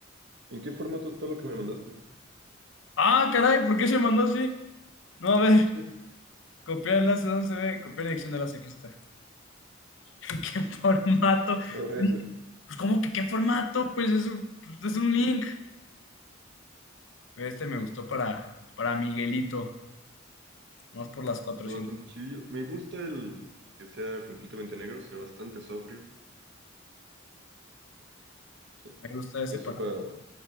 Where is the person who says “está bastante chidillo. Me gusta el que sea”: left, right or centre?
Right